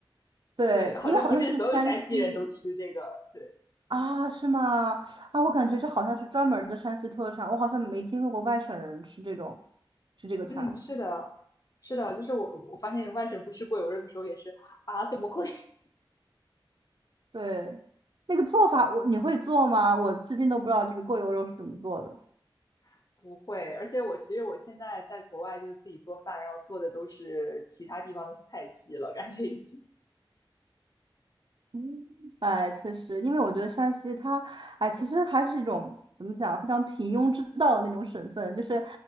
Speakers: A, on the right (about 65°); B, on the left (about 45°).
A: 对，
B: 对，好像不是所有山西人都吃这个。
A: 因为好像是山西
B: 对，
A: 啊，是吗？啊，我感觉这好像是专门儿的山西特产，
B: 嗯，
A: 我好像没听说过外省人吃这种吃这个菜。
B: 嗯，是的，是的，就是我我发现外省不吃过油肉的时候也是啊，怎么会？
A: 对，那个做法我你会做吗？我至今都不知道这个过油肉是怎么做的。
B: <laughs> 不会，而且我其实我现在在国外就是自己做饭，然后做的都是其他地方的菜系了，感觉已经。
A: 嗯，哎，确实，因为我觉得山西它，哎，其实还是一种怎么讲，非常平庸之道的那种省份，就是，